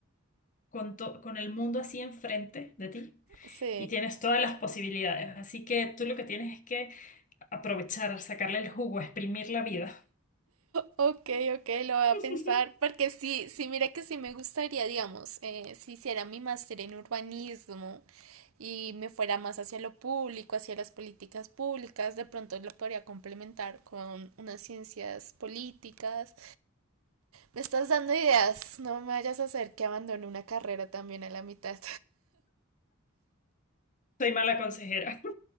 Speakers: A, on the left (about 40°); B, on the right (about 80°).
A: con, to- con el mundo así enfrente de ti
B: sí.
A: y tienes todas las posibilidades. Así que tú lo que tienes es que aprovechar, sacarle el jugo, exprimir la vida.
B: Ok, ok, lo voy a
A: <laughs>
B: pensar, porque sí, sí, mira que sí me gustaría, digamos, eh, si hiciera mi máster en urbanismo y me fuera más hacia lo público, hacia las políticas públicas, de pronto lo podría complementar con unas ciencias políticas. Me estás dando ideas, no me vayas a hacer que abandone una carrera también a la mitad.
A: Soy mala consejera. <laughs>